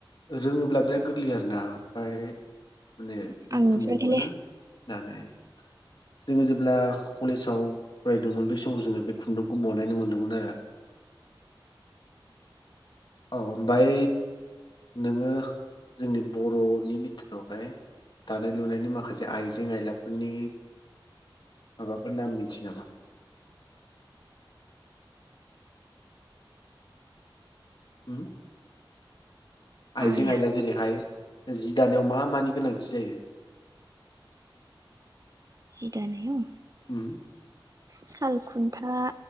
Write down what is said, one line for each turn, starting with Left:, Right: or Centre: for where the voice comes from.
Left: रोङोब्ला बिराद गोरलै आरोना ओमफ्राय माने बे
Right: आं नुफेराखैलै
Left: खुन्दुंखौनो दानो हायो। जोङो जेब्ला कलेजाव फरायदोंमोन बे समाव जोङो बे खुन्दुंखौ बानायनो मोनदोंमोन आरो। औ ओमफ्राय नोङो जोंनि बर'नि बिथोरावहाय दानाय लुनायनि माखासे आइजें आयलाफोरनि माबाफोर नाम मिथियो नामा। होम। आइजें
Right: आया
Left: आइला जेरैहाय जि दानायाव मा मानि गोनांथि जायो।
Right: जि दानायाव
Left: उम
Right: साल खुन्था